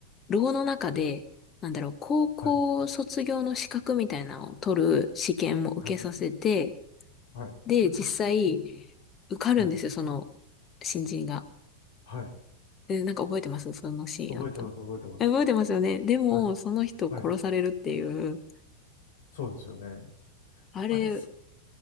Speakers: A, on the left; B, on the left.
A: 牢の中で、なんだろう、高校卒業の資格みたいなのを取る試験も受けさせて、
B: はい、はい、はい、はい、
A: で、実際、受かるんですよ、
B: はい、
A: その、新人が。
B: はい、
A: え、なんか覚えてますそのシーンあったの。
B: 覚えてます、覚えてます。
A: え覚えてますよね。でも、
B: はい、
A: その人を殺されるっていう、
B: はい、そうですよね。
A: あれ、
B: あれ、そ